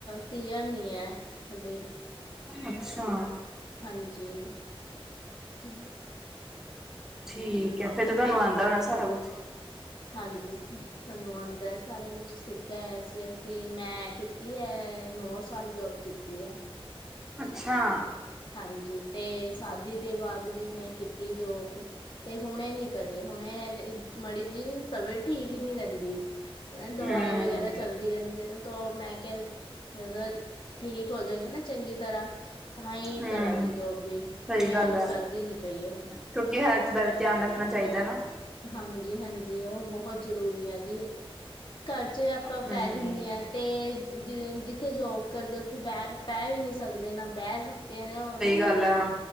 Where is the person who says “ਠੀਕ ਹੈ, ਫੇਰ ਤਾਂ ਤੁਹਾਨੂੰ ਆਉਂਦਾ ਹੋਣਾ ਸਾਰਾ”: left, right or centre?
Centre